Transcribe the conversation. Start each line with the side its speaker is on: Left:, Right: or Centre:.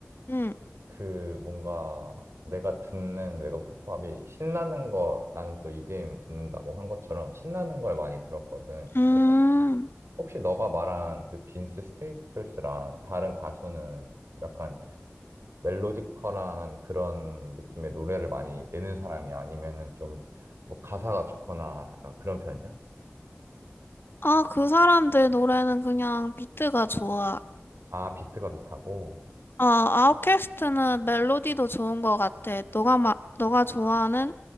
Left: 응.
Right: 그 뭔가 내가 듣는 외국 힙합이 신나는 거 나는 또 EDM 듣는다고 한 것처럼 신나는 걸 많이 들었거든.
Left: 음.
Right: 그래가지고 혹시 너가 말한 그 빈스 스테이플스랑 다른 가수는 약간 멜로디컬한 그런 느낌의 노래를 많이 내는 사람이 아니면은 좀 뭐 가사가 좋거나 약간 그런 편이야?
Left: 아 그 사람들 노래는 그냥 비트가 좋아.
Right: 아, 비트가 좋다고?
Left: 아 아웃캐스트는 멜로디도 좋은 것 같아. 너가 마, 너가 좋아하는